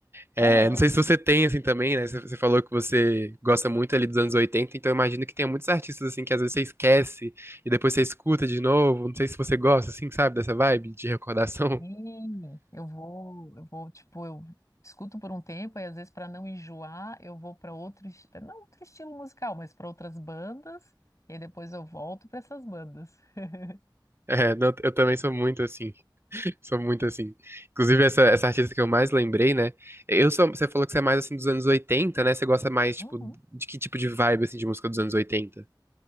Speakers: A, on the right; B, on the left.
A: É,
B: Aham.
A: não sei se você tem, assim, também, né? Você você falou que você gosta muito ali dos anos 80, então eu imagino que tem muitos artistas, assim, que às vezes você esquece e depois você escuta de novo. Não sei se você gosta, assim, sabe, dessa vibe de recordação.
B: E
A: <laughs>
B: eu vou, eu vou, tipo, eu escuto por um tempo e às vezes para não enjoar, eu vou para outro, es- não outro estilo musical, mas para outras bandas e aí depois eu volto para essas bandas. <laughs>
A: É, não, eu também sou muito assim, <laughs> sou muito assim. Inclusive, essa, essa artista que eu mais lembrei, né? Eu sou, você falou que você é mais, assim, dos anos 80, né? Você gosta mais,
B: Uhum.
A: tipo, de que tipo de vibe, assim, de música dos anos 80?